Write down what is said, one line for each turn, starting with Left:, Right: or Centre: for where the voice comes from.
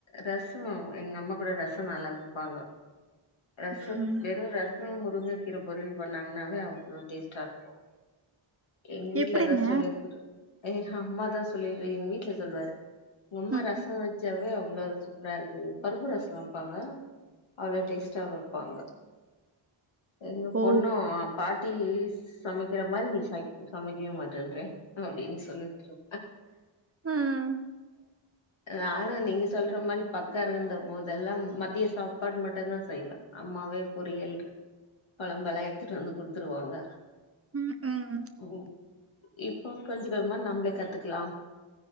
Left: ரசம் எங்க அம்மா கூட ரசம் நல்லா வைப்பாங்கோ ரச
Right: ம்
Left: வெறும் ரச மு முருங்க கீரை பொறியல் பண்ணாங்கனாவே அவ்வளோ டேஸ்ட்டா இருக்கும் எங்க வீட்டு்லதான்
Right: எப்டிங்க
Left: சொல்லியிருக்குற ஏ்ஹ அம்மாதான் சொல்லிடு எங்க வீட்ல சொல்லுவாரு அம்மா
Right: ம்
Left: ரசம் வச்சாவே அவ்ளோ சூப்பரா இருக்கு பருப்பு ரசம் வைப்பாங்க அவ்ளோ டேஸ்ட் டா வைப்பாங்க எங்க
Right: ஓ
Left: பொண்ணும் பாட்டி சமைக்கிர மாரி நீ ச சமைக்கவே மாட்டேட்ர அப்படின்னு சொல்லிட்டு இரு
Right: ம்
Left: நானும் நீங்க சொல்ற மாரி பக்கம் இருந்த போதெல்லாம் மத்திய சாப்பாடு மட்டும்தான் செய்வேன் அம்மாவே பொரியல் குழம்பெல்லாம் எடுத்துட்டு வந்து கொடுட் த்துருவாங்க
Right: ம் ம்
Left: ம் இப்போ கொஞ்ச கொஞ்சமா நம்மள கத்துக்கலாம்